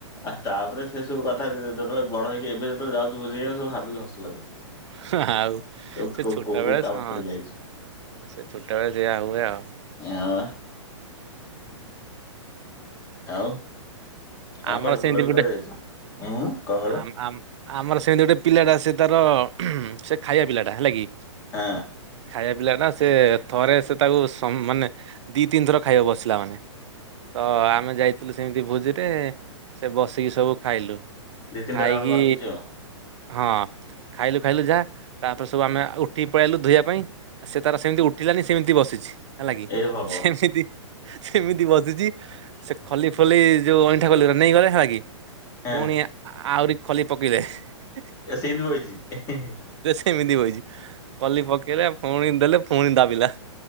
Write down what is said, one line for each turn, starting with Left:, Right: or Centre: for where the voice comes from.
Left: ଆଃ ତାପରେ ସେ ସବୁ କଥା ଦିରେ ଯେତେଳେ ବଡ ହେଇକି ଏବେ ଯେତେବେଳେ ଯାଉଥୁବୁ ସେଇୟା ସବୁ ଭାବିକି ହସ ଲାଗୁଛି।
Right: ହିଁ ହିଁ ଆଉ
Left: କୋଉ
Right: ସେ ଛୋଟ
Left: କୋଉ କୋଉ
Right: ବେଳେ
Left: କାମ
Right: ହଁ
Left: କରିକି ଆଇଛି।
Right: ସେ ଛୋଟ ବେଳେ ସେୟା ହୁଏ ଆଉ।
Left: ହଁ ଆଉ। ଆଉ
Right: ଆମର
Left: କୁଆଡେ ବୁଲାବୁଲ୍
Right: ସେମିତି ଗୋଟେ
Left: କରିବା ଯାଇଚ। ଉୁଁ ଉ କଁ କଇଲ?
Right: ଆମ ଆମ ଆମର ସେମିତି ଗୋଟେ ପିଲାଟା ସେ ତାର ଅ ଇହଁ ସେ ଖାଇବା ପିଲାଟା। ହେଲା କି?
Left: ହଁ
Right: ଖାଇଆ ପିଲାଟା ସ୍ ସେ ଥରେ ସେ ତାକୁ ସମ୍ ମାନେ ଦିଇ ତିନି ଥର ଖାଇବା ବସିଲା ମାନେ ତ ଆମେ ଯାଇ ଥିଲୁ ସେମିତି ଭୋଜିରେ ଏ ସେ ବସିକି ସବୁ ଖାଇଲୁ।
Left: ଦି ତିନ୍ଟା
Right: ଖାଇକି
Left: ରାଉଣ୍ଡ ମାରିଦେଇଚି ଆଉ।
Right: ହଁ ଖାଇଲୁ ଖାଇଲୁ ଯାଆ ତାପରେ ସବୁ ଆମେ ଅ ଉଠିକି ପଳିଆଇଲୁ ଧୋଇବା ପାଇଁ ସେ ତାର ସେମିତି ଉଠିଲାନି ସେମିତି ବସିଛି। ହେଲା କିି?
Left: ଏ ଭଗବାନ
Right: ସେମିତି ସେମିତି ବସିଚି ସେକ୍ ଖଲି ଫଲି ଇ ଯୋଉ ଅଇଁଠା ଖଲିଉରା ନେଇଗଲେ ହେଲା କି?
Left: ହଁ।
Right: ପୁଣି ଆ ଆଉରି ଖଲି ପକେଇଦେ ହେ ହେ ହେ।
Left: ୟେ ସେଇନ୍ଦୁ ବଇଚି ଏ ହେଁ ହେଁ
Right: ଏମିତି ବଇଚି। କଲି ପକେଇଲା ଫୁଣି ଦେଲେ ଫୁଣି ଦାବିଲା।